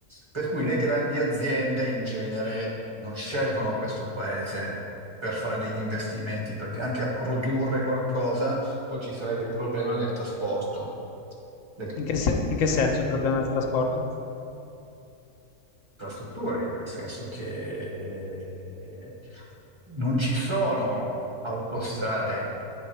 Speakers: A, on the right; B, on the left.
A: Per cui le grandi aziende in genere non scelgono questo paese per fare degli investimenti, perché anche a produrre qualcosa poi ci sarebbe il problema del trasporto, delle
B: In che, se- in che senso il problema del trasporto?
A: infrastrutture, nel senso che non ci sono autostrade